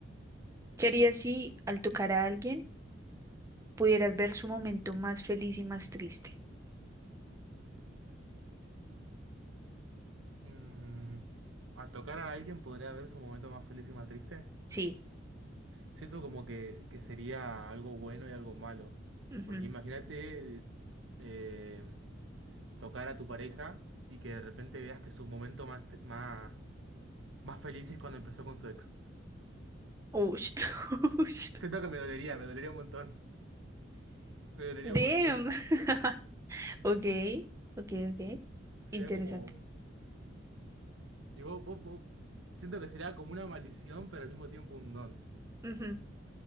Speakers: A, on the right; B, on the right.
A: ¿qué harías si al tocar a alguien pudieras ver su momento más feliz y más triste?
B: Mm, al tocar a alguien podría haber su momento más feliz y más triste.
A: Sí.
B: Siento como que, que sería algo bueno y algo malo.
A: ujú.
B: Porque imagínate eh, tocar a tu pareja y que de repente veas que su momento más, t- más, más feliz es cuando empezó con su ex.
A: Ush. <laughs> Ush.
B: Siento que me dolería, me dolería un montón. Me dolería
A: Damn.
B: un montón.
A: <laughs> Ok, ok, ok.
B: Sería
A: Interesante.
B: como. y vos- vos- vos- siento que sería como una maldición, pero al mismo tiempo un don.
A: Ujú.